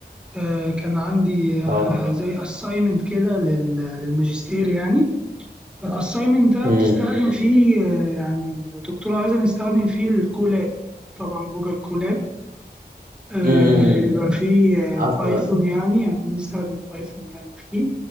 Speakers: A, in the centre; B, on the right (about 60°).
A: آه، كان عندي آه،
B: اه
A: زي اساينمنت كده لل- للماجستير يعني الاساينمنت ده
B: امم
A: بتستخدم فيه آه، يعني الدكتور عايزة نستخدم فيه الكولاب طبعا جوجل كولاب آه،
B: امم امم،
A: بيبقى
B: امم.
A: فيه
B: عارفه
A: آه، بايثون
B: اه
A: يعني يعني بنستخدم بايثون يعني فيه